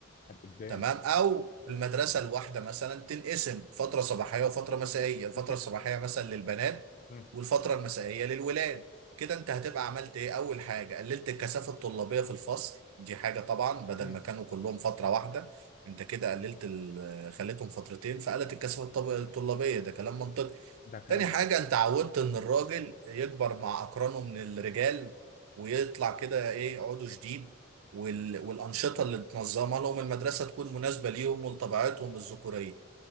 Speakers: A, on the left (about 40°); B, on the right (about 90°).
A: طب قدام
B: تمام او المدرسه الواحده مثلا تنقسم فتره صباحيه وفتره مسائيه الفتره
A: دي فكرة
B: الصباحيه مثلا للبنات
A: مم.
B: والفتره المسائيه للولاد كده انت هتبقى عملت ايه اول حاجه قللت الكثافه الطلابيه في الفصل دي حاجه طبعا بدل
A: مم.
B: ما كانوا كلهم فتره واحده انت كده قللت ال- خليتهم فترتين فقلت الكثافه الطب- الطلابيه ده كلام منطقي
A: ده كلام
B: تاني
A: منطقي
B: حاجة انت عودت ان الراجل يكبر مع اقرانه من الرجال ويطلع كده ايه عضو جديد وال... والانشطة اللي تنظمها لهم المدرسة تكون مناسبة ليهم ولطبيعتهم الذكورية